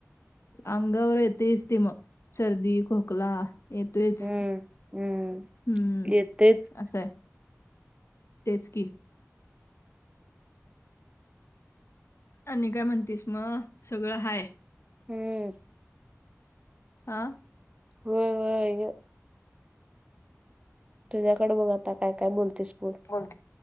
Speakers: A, on the left; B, on the right.
A: अंगावर येतेस मग सर्दी, खोकला. येतोयच,
B: हम्म हम्म
A: हम्म
B: येतेच.
A: अस आहे. तेच की, आणि काय म्हणतीस, मग सगळं हाय.
B: हम्म
A: हा
B: व्हय व्हय व्हय व्हय तुझ्याकडे बघ, आता काय काय बोलतेस बघ.
A: बोल